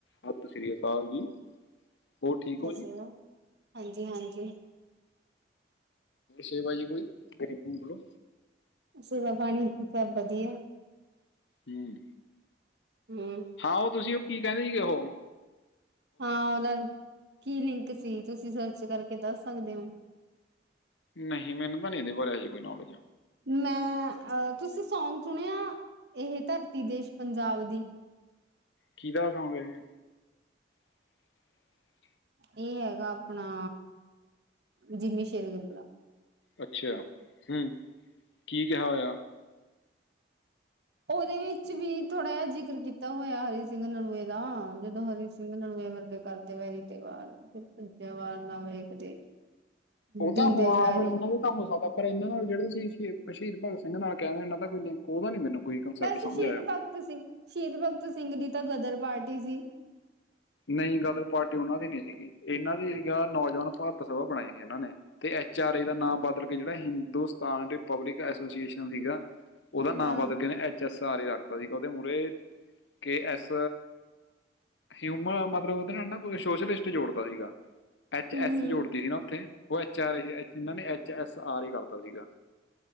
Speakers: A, on the left; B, on the right.
A: ਸਤ ਸ੍ਰੀ ਅਕਾਲ ਜੀ। ਹੋਰ ਠੀਕ
B: ਕੈਸੇ
A: ਜੀ
B: ਹੋ ਹਾਂਜੀ-ਹਾਂਜੀ
A: ਸੇਵਾ ਜੀ ਕੋਈ ਗਰੀਬਾਂ ਕੋਲੋਂ
B: ਸੇਵਾ ਪਾਣੀ ਸਭ ਵਧੀਆ।
A: ਹਮ।
B: ਹਮ।
A: ਹਾਂ ਉਹ ਤੁਸੀਂ ਉਹ ਕੀ ਕਹਿੰਦੇ ਸੀਗੇ ਉਹੋ?
B: ਹਾਂ ਉਹਦਾ ਕੀ ਲਿੰਕ ਸੀ ਤੁਸੀਂ ਸਰਚ ਕਰਕੇ ਦੱਸ ਸਕਦੇ ਹੋ।
A: ਨਹੀਂ ਮੈਨੂੰ ਤਾਂ ਨਹੀ ਇਹਦੇ ਬਾਰੇ ਹਜੇ ਕੋਈ ਨੌਲੇਜ।
B: ਮੈਂ ਅ ਤੁਸੀਂ ਸੌਂਗ ਸੁਣਿਆ ਇਹ ਧਰਤੀ ਦੇਸ਼ ਪੰਜਾਬ ਦੀ।
A: ਕਿਹਦਾ ਸੌਂਗ ਇਹ? <unintelligible> <inaudible>
B: ਏ ਹੈਗਾ ਆਪਣਾ ਜਿਮੀ ਸ਼ੇਰ ਗਰ ਦਾ।
A: ਅੱਛਾ ਹੁੰ ਕੀ ਕਿਹਾ ਹੋਇਆ?
B: ਓਦੇ ਵਿੱਚ ਵੀ ਥੋੜ੍ਹਾ ਜਿਆ ਜ਼ਿਕਰ ਕੀਤਾ ਹੋਇਆ ਹਰੀ ਸਿੰਘ ਨਲੂਏ ਦਾ ਜਦੋ ਹਰੀ ਸਿੰਘ ਨਲੂਏ ਵਰਗੇ ਕਰਦੇ ਵੈਰੀ ਤੇ ਵਾਰ ਫਿਰ ਭੂੰਕੇ ਵਾਰ ਨਾ ਵੇਖਦੇ।
A: ਓ ਤਾਂ
B: ਦਿੰਦੇ
A: ਹਾ
B: ਵੈਰੀ
A: ਫੇਰ ਉਨੇ ਵੀ ਤਾ ਹੋ ਸਕਦ ਪਰ ਏਨਾਂ ਨਾਲ ਜੇੜੇ ਤੁਸੀ ਸ਼ੀਦ ਸ਼ਹੀਦ ਭਗਤ ਸਿੰਘ ਨਾਲ ਕੈਂ ਇਨਾਂ ਦਾ ਕੋਈ ਲਿੰਕ ਓਦਾ ਨੀ ਮੈਨੂੰ ਕੋਈ ਕਨਸੈਪਟ
B: ਵੈਸੇ
A: ਸਮਝ
B: ਸ਼ੀਦ
A: ਆਇਆ
B: ਭਗਤ ਸਿੰਘ ਸ਼ੀਦ ਭਗਤ ਸਿੰਘ ਦੀ ਤਾਂ ਗਦਰ ਪਾਰਟੀ ਸੀ।
A: ਨਈ ਗਦਰ ਪਾਰਟੀ ਓਨਾਂ ਦੀ ਨਈ ਸੀਗੀ ਏਨਾਂ ਦੀ ਹੀ ਨੌਜਵਾਨ ਭਾਰਤ ਸਭਾ ਬਣਾਈ ਸੀ ਇਨਾਂ ਨੇ ਤੇ ਐਚ ਆਰ ਐ ਦਾ ਨਾਮ ਬਾਰਡਰ ਪੇ ਜਿੜਾ ਹਿੰਦੁਸਤਾਨ ਰਿਪਬਲਿਕ ਐਸੋਸੀਏਸ਼ਨ ਸੀਗਾ। ਓਦਾ ਨਾਂ
B: ਹਾਂ
A: ਬਦਲ ਕੇ ਨਾ ਐਚ ਐਸ ਆਰ ਏ ਰਖ ਤਾ ਸੀ ਕ ਉਦੇ ਮੂਰੇ ਕੇ ਐਸ ਹਿਊਮਾ ਮਤਲਬ ਓਦੇ ਨਾਲ ਨਾ ਕੋਈ ਸੋਸ਼ਲਿਸਟ ਜੋੜਤਾ ਸੀਗਾ ਐਚ
B: ਹਮ-ਹਮ
A: ਐਸ ਜੋੜਤੀ ਸੀ ਨਾ ਥ ਓ ਐਚ ਆਰ ਏ ਇਨਾਂ ਨੇ ਐਚ ਐਸ ਆਰ ਏ ਕਰਤਾ ਸੀਗਾ